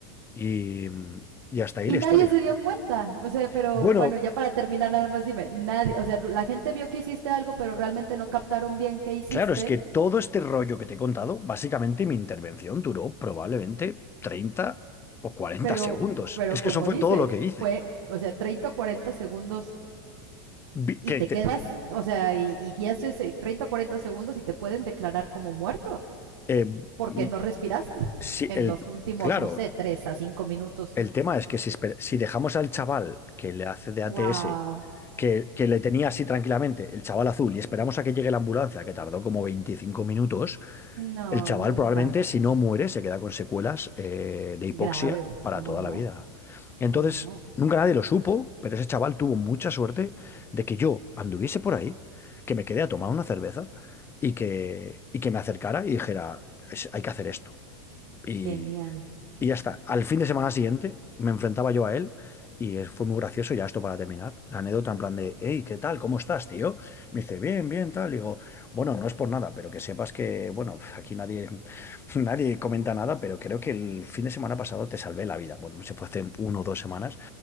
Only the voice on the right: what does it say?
Y
nadie
se
dio cuenta. O sea, pero
bueno, ya para terminar, nada más dime. Nadie, o sea, la gente vio que hiciste algo, pero realmente no captaron bien qué hiciste.
Pero,
pero
como
dices,
fue, o sea, 30 o 40 segundos
y
te
quedas, o sea, y, y haces 30 o 40 segundos y te pueden declarar como muerto.
porque no respiraste
en
los últimos,
no sé, tres a cinco minutos.
¡Wow!
No,
nunca.
Graves,
¿cómo
no?
¿Cómo no?
Genial.